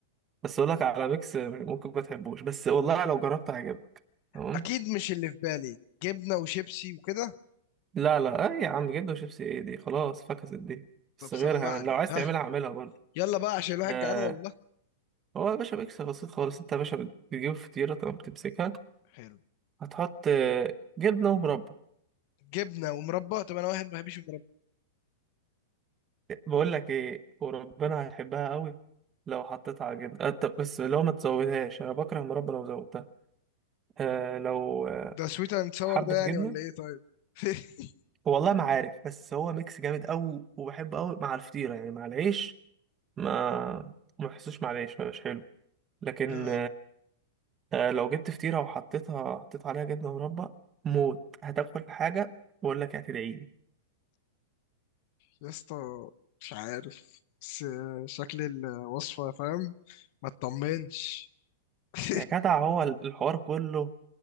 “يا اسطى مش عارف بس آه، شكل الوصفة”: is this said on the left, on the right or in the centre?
Left